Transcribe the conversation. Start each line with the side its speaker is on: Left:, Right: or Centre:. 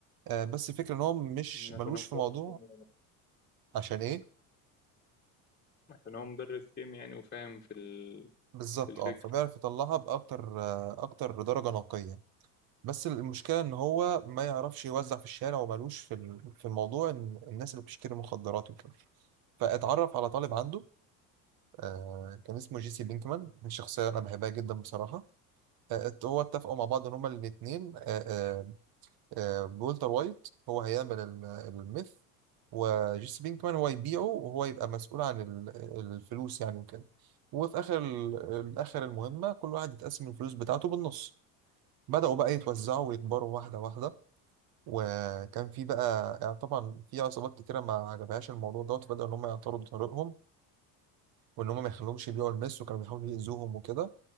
Right: آه، بس الفكرة إن هو مش
Left: مم، عشان
Right: ملوش
Left: هو
Right: في
Left: مدرس
Right: موضوع
Left: كيمياء يعني.
Right: عشان إيه
Left: عشان هو مدرس كيمياء يعني وفاهم في ال...
Right: بالظبط
Left: في الفكر
Right: أه فبيعرف يطلعها بأكتر آه، أكتر درجة نقية بس المشكلة إن هو ما يعرفش يوزع في الشارع وملوش في ال- في الموضوع إن الناس اللي بتشتري مخدرات وكده فاتعرف على طالب عنده آه كان اسمه جيسي بينكمان دي شخصية أنا بحبها جدا بصراحة آه ات- هو اتفقوا مع بعض إن هما الاتنين آه آه آه بولتر وايت هو هيعمل ال- الميث وجيسي بينكمان هو يبيعه وهو يبقى مسؤول عن ال- الفلوس يعني وكده وفي آخر ال- آخر المهمة كل واحد يتقسم الفلوس بتاعته بالنص بدأوا بقى يتوزعوا ويكبروا واحدة واحدة وكان في بقى يعني طبعا في عصابات كتيرة ما عجبهاش الموضوع دوت بدأوا إن هم يعترضوا طريقهم وإن هم ما يخلوهمش يبيعوا المس وكانوا بيحاولوا يأذوهم وكده